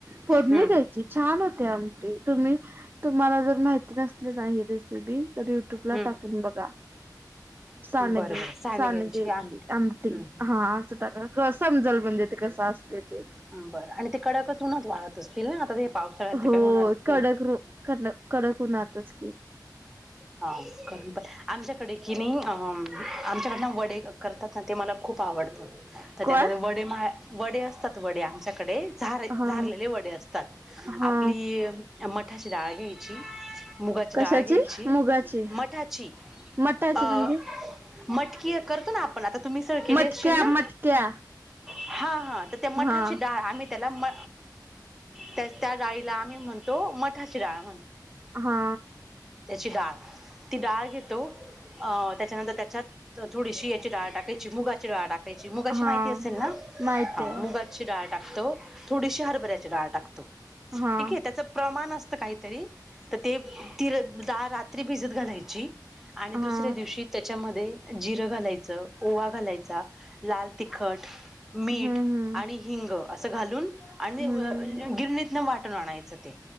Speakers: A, on the right; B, in the centre.
A: फोडणी
B: हम्म,
A: द्यायची छान हो <unintelligible> आमटी तुम्ही तुम्हाला जर माहि नसलेच आहे रेसिपी तर यु ट्यू बला
B: हम्म.
A: टाकून बघा. सानगे
B: बरं बरं सांडग्यांची
A: सानगे आमटी
B: हम्म,
A: हा असं टाका समजल म्हणजे ते कसं असते ते
B: बरं आणि ते कडकच उन्हात वाळत असतील ना आता ते. पावसाळ्यात
A: हो
B: तर काही होणारच नाही
A: कडक क कडक उन्हातच
B: हा कर पण आमच्याकडे कि नाही आमच्याकडनं वडे करतात ना ते मला खूप आवडतं तर त्यात
A: काय?
B: वडे मा- वडे असतात वडे आमच्या कडे झार
A: हा
B: झारलेले वडे असतात
A: हा
B: आपली मठाची डाळ घ्यायची. मुगाची
A: कशाची
B: डाळ घ्यायची
A: मुगाची
B: मठाची
A: मटाची
B: अ
A: म्हणजे
B: मटकी करतो ना आपण आता तुम्ही सळ केली
A: मटक्या
B: असशील ना?
A: मटक्या
B: हा हा तर त्या मठाची
A: हा
B: डाळ आम्ही त्याला म त्याचं त्या डाळीला आम्ही म्हणतो मठाची डाळ
A: हा
B: ची डाल ती डाळ घेतो अ त्याच्यानंतर त्याच्यात थोडीशी याची डाळ टाकायची मुगाची डाळ टाक मुगाची
A: हा
B: माहिती असेल ना
A: माहित
B: हा
A: आहे
B: मुगाची डाळ टाकतो. थोडीशी हरभऱ्याची डाळ टाकतो
A: हा
B: ठीके त्याच प्रमाण अस काहीतरी तर ते ती रात्री भिजत घालायची. आणि
A: हा
B: दुसऱ्या दिवशी त्याच्या त्यामध्ये जिरं घालायचं ओवा घालायचा लाल तिखट मीठ
A: हम्म
B: आणि हिंग असं घालून आणि
A: हम्म
B: गिरणीतन वा आणायचं ते